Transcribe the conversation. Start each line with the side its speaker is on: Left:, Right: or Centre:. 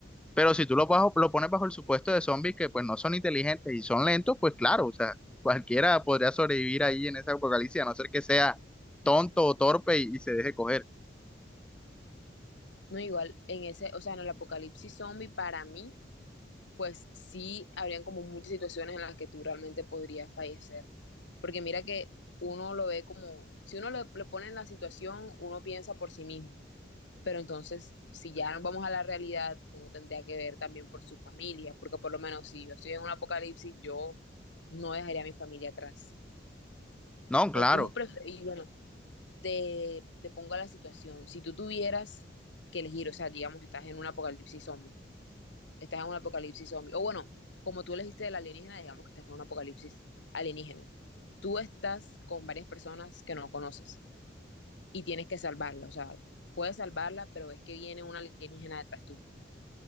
Centre: pero si tú lo, bajo- lo pones bajo el supuesto de zombies que pues no son inteligentes y son lentos, pues claro, o sea, cualquiera podría sobrevivir ahí en ese apocalipsis a no ser que sea tonto o torpe y y se deje coger.
Left: No, igual, en ese, o sea, en el apocalipsis zombie, para mí, pues sí habrían como muchas situaciones en las que tú realmente podrías fallecer. Porque mira que uno lo ve como, si uno le, le pone en la situación, uno piensa por sí mismo. Pero entonces, si ya nos vamos a la realidad, uno tendría que ver también por su familia, porque por lo menos si yo estoy en un apocalipsis, yo no dejaría a mi familia atrás.
Centre: No, claro.
Left: O tú, pref- y bueno, te, te pongo a la situación, si tú tuvieras que elegir, o sea, digamos, estás en un apocalipsis zombie estás en un apocalipsis zombie. O bueno, como tú elegiste del alienígena, digamos que estás en un apocalipsis alienígena. Tú estás con varias personas que no conoces y tienes que salvarla. O sea, puedes salvarla, pero ves que viene un alienígena detrás tuyo.